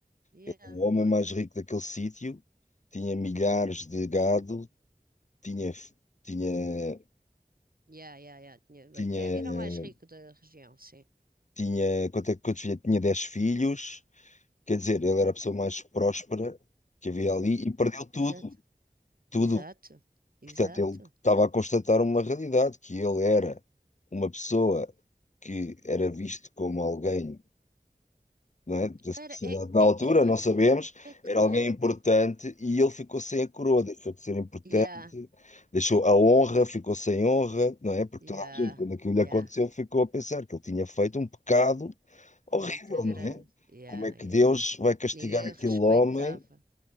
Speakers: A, on the right (about 65°); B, on the left (about 50°).
A: Yeah.
B: Ele, é o homem mais rico daquele sítio, tinha milhares de gado, tinha, f- tinha,
A: Yeah, yeah, yeah. Tinha,
B: tinha,
A: até, era o mais rico da região, sim.
B: tinha, quanto é, que- quantos filhos? Tinha dez filhos, Quer dizer, ele era a pessoa mais próspera que havia ali e perdeu tudo,
A: Exato.
B: tudo.
A: Exato. Exato.
B: Portanto, ele estava a constatar uma realidade, que ele era uma pessoa que era visto como alguém, não é, da
A: Não era,
B: sociedade
A: é,
B: na altura,
A: é que não,
B: não
A: É
B: sabemos,
A: que
B: era
A: Ekonomi.
B: alguém importante e ele ficou sem a coroa, deixou de ser importante,
A: Yeah,
B: deixou a honra, ficou sem honra, não é? Porque
A: yeah,
B: toda a gente, quando aquilo lhe
A: yeah.
B: aconteceu, ficou a pensar que ele tinha feito um pecado horrível,
A: Muito grande.
B: não é?
A: Yeah,
B: Como é que
A: yeah.
B: Deus vai castigar
A: Ninguém
B: aquele
A: o respeitava.
B: homem?